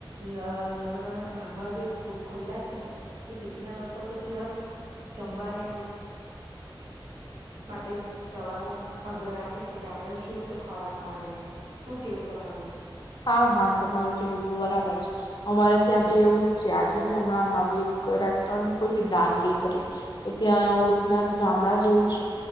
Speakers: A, on the right (about 70°); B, on the left (about 55°).
A: નાના નાના ધબા જે ખોયલા છે, ને તો સિટીના લોકો તો ત્યાં જ જમવાને માટે જવાનું, અગ્ર રાખે છે કે આપણને શુદ્ધ ખોરાક મળે એમ, શું કેવું તમારું.
B: હા હા તમારું કેવું બરાબર છે, અમારે ત્યાં બી એવું જ છે આજુ નહી હમણાં નવી એક રેસ્ટોરન્ટ ખુલી ડાંગી કરી, તો ત્યાં એ રીતના જ ગામડા જેવું જ